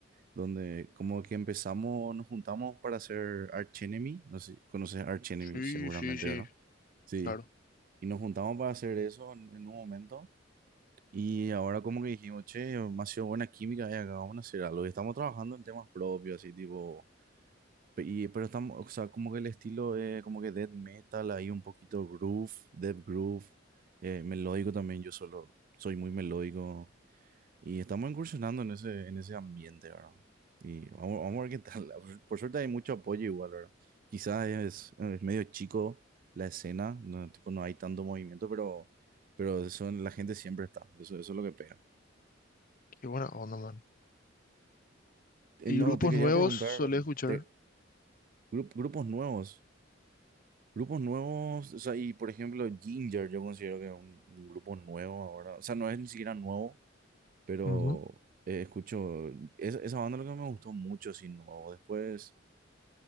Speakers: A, on the right; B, on the left.
A: donde como que empezamos, nos juntamos para hacer Archenemy, no sé, conoces Archenemy
B: Sí,
A: seguramente,
B: sí, sí,
A: ¿verdad? Sí,
B: claro.
A: y nos juntamos para hacer eso en, en un momento y ahora como que dijimos, che, me ha sido buena química, y acá vamos a hacer algo y estamos trabajando en temas propios, así tipo Pe- Y, pero estamos, o sea, como que el estilo es como que death metal, ahí un poquito groove, death groove, eh, melódico también, yo solo soy muy melódico y estamos incursionando en ese, en ese ambiente, ¿verdad? Y vamos, vamos a ver qué tal. <laughs> Por, por suerte hay mucho apoyo igual, ¿verdad? Quizás es, es medio chico la escena, no, tipo, no hay tanto movimiento, pero, pero eso, la gente siempre está, eso, eso es lo que pega.
B: Qué buena onda, man.
A: Eh,
B: ¿Y
A: no,
B: grupos
A: te quería
B: nuevos
A: preguntar,
B: solés escuchar?
A: de grup- grupos nuevos. Grupos nuevos, o sea, y por ejemplo, Ginger, yo considero que es un, un grupo nuevo ahora. O sea, no es ni siquiera nuevo, pero
B: Ujú,
A: eh, escucho. esa esa banda lo que me gustó mucho, sí, nuevo. Después,